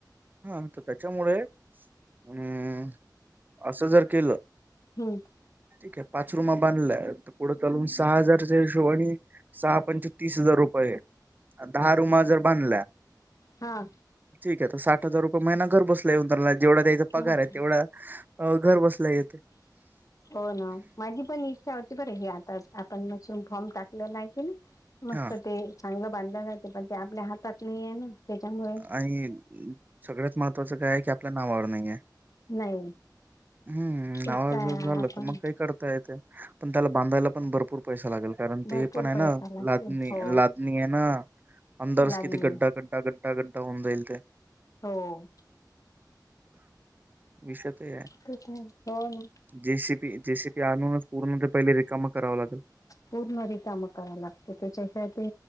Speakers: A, on the right (about 25°); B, on the left (about 50°).
A: हा तर त्याच्यामुळे अं. असं जर केलं.
B: हम्म.
A: ठीकेय पाच रूमा बांधल्या. तर, पुढं चालून सहा हजारच्या हिशोबाने. सहा पंचे तीस हजार रुप होय. दहा रुमा जर बांधल्या.
B: हा
A: ठीक आहे. तर साठ हजार रुपये महिना घर बसल्या येऊन त्यांना, जेवढा त्याचा पगार
B: मग
A: आहे तेवढा. अ. घर बसल्या येत.
B: <inaudible> हो ना माझी पण इच्छा होती बर हे आता आपण नसून फॉर्म टाकले नाही की नी मस्त!
A: हा
B: ते चांगलं बांधलं जातं. पण, ते आपल्या हातात नाही आहे ना. त्याच्यामुळे,
A: आणि सगळ्यात महत्त्वाचं काय आहे की आपल्या नावावर नाही आहेे.
B: नाही
A: हम्म
B: तेच
A: नावावर
B: तर
A: जर झालं
B: आपण
A: तर मग काय करता येतय. पण त्याला बांधायला पण भरपूर पैसा लागेल. कारण
B: भरपूर
A: ते पण, आहे
B: पैसा
A: ना
B: लागते
A: लादणी,
B: हो
A: लादणी आहे ना अंदरच
B: लागणे
A: किती? गड्डा गड्डा गड्ड. हड्डा गड्डा होऊन जाईल त्या.
B: हो
A: विषते
B: तेच आहे हो ना
A: जेसीबी जेसीबी आणूनच पूर्ण ते पहिले रिकामा कराव लागतो.
B: पूर्ण रिकाम कराव लागत त्याच्याशिवाय ते